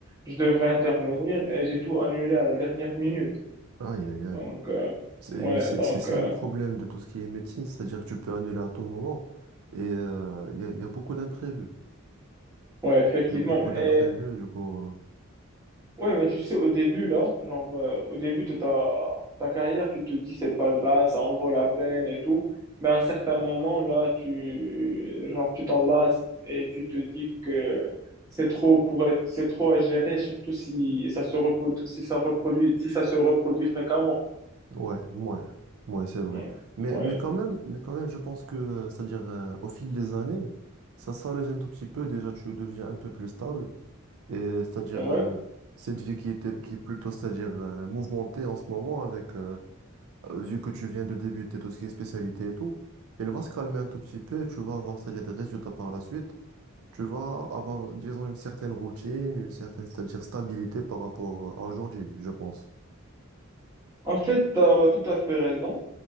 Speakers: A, on the right; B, on the right.
A: je devrais intervenir et j'ai tout annulé à la dernière minute.
B: Aïe, aïe, aïe.
A: Donc euh,
B: C'est,
A: ouais,
B: c'est,
A: donc
B: c'est ça
A: euh,
B: le problème de tout ce qui est médecine, c'est-à-dire que tu peux annuler à tout moment et euh, il y a, il y a beaucoup d'imprévus.
A: ouais, effectivement.
B: Il y a beaucoup d'imprévus,
A: Et
B: du coup. euh,
A: Ouais, mais tu sais, au début, là, genre, euh, au début de ta, ta carrière, tu te dis, c'est pas grave, ça en vaut la peine et tout. Mais à un certain moment, là, tu, genre, tu t'en lasses et tu te dis que c'est trop pour être, c'est trop à gérer, surtout si ça se reproduit, si ça reproduit, si ça se reproduit fréquemment.
B: ouais, ouais, ouais, c'est vrai.
A: Ouais.
B: Mais,
A: Ouais.
B: mais quand même, mais quand même, je pense que, euh, c'est-à-dire euh, au fil des années, ça s'allège un tout petit peu. Déjà, tu deviens un peu plus stable. Et euh, c'est-à-dire
A: Ouais.
B: euh, cette vie qui était, qui est plutôt, c'est-à-dire euh, mouvementée en ce moment, avec euh, euh, vu que tu viens de débuter tout ce qui est spécialité et tout, elle va se calmer un tout petit peu. et Tu vas avoir, c'est-à-dire des résultats par la suite. tu vas avoir, disons, une certaine routine, une certaine, c'est-à-dire stabilité par rapport à aujourd'hui, je pense.
A: En fait, tu as tout à fait raison,